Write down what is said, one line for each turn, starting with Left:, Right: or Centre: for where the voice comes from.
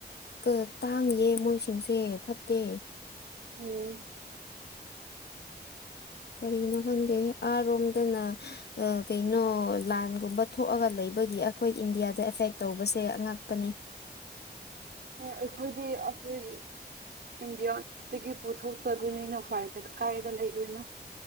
Left: ꯀꯥ ꯇꯥꯡꯉꯤꯌꯦ ꯃꯣꯏꯁꯤꯡꯁꯦ ꯐꯠꯇꯦ
Right: ꯎꯝ
Left: ꯀꯔꯤꯅꯣ ꯈꯪꯗꯦ ꯑꯥꯔꯣꯝꯗꯅ ꯑꯥ ꯀꯩꯅꯣ ꯂꯥꯟꯒꯨꯝꯕ ꯊꯣꯛꯑꯒ ꯂꯩꯕꯒꯤ ꯑꯩꯈꯣꯏ ꯏꯟꯗꯤꯌꯥꯗ ꯑꯦꯐꯦꯛ ꯇꯧꯕꯁꯦ ꯑꯉꯥꯛꯄꯅꯦ
Right: ꯍꯣꯏ ꯑꯩꯈꯣꯏꯗꯤ ꯑꯩꯈꯣꯏꯒꯤ ꯏꯟꯗꯤꯌꯥꯗꯒꯤ ꯄꯨꯊꯣꯛꯇꯕꯅꯤꯅ ꯐꯥꯏ ꯀꯥꯏꯗ ꯂꯩꯗꯣꯏꯅꯣ